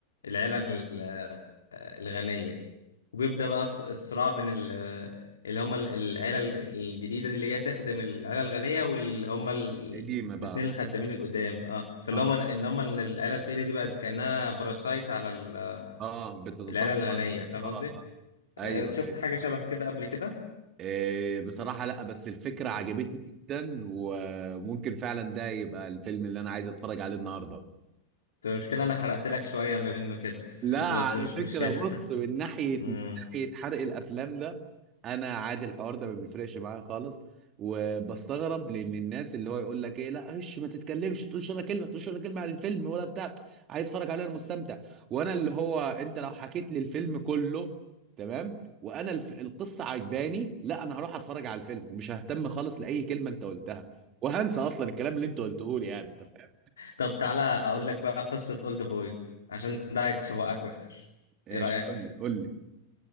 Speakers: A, on the left; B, on the right.
A: العيله ال- الغنيه وبيبدا بقى الص- الصراع بين ال- اللي هم ال- العيله ال- الجديده دي اللي جايه تخدم العيله الغنيه واللي هم ال-
B: قديمة بقى
A: الاتنين الخدامين القدام اه فاللي
B: اه
A: هم ان هم ان العيله الفقيره دي بقت كانها باراسايت على ال-
B: اه بتتطفل
A: العيله الغنيه
B: وت-
A: فاهم
B: اه
A: قصدي؟
B: اه
A: آه،
B: ايوه
A: شفت
B: ايوه
A: حاجه شبه كده قبل كده؟
B: إيه بصراحة لا بس الفكرة عجبتني جدا وممكن فعلا ده يبقى الفيلم اللي انا عايز اتفرج عليه النهارده
A: المشكلة أنا حرقت لك شوية منه كده
B: لا
A: <laughs>
B: على
A: بس مش
B: فكرة
A: مشكلة
B: بص من ناحية
A: <laughs> مم.
B: من ناحية حرق الأفلام ده أنا عادي الحوار ده ما بيفرقش معايا خالص وبستغرب لأن الناس اللي هو يقول لك إيه لا إيش ما تتكلمش تقولش ولا كلمة تقولش ولا كلمة عن الفيلم ولا بتاع عايز أتفرج عليه أنا مستمتع وأنا اللي هو أنت لو حكيت لي الفيلم كله تمام وأنا الف... القصة عجباني لا أنا هروح أتفرج على الفيلم ومش ههتم خالص لأي كلمة أنت قلتها وهنسى أصلا الكلام اللي أنت قلته لي يعني أنت فاهم؟
A: طب تعالى أقول لك بقى قصة أولد بوي عشان ده هيتشوقك أكتر
B: إيش
A: إيه رأيك؟
B: قول لي قول لي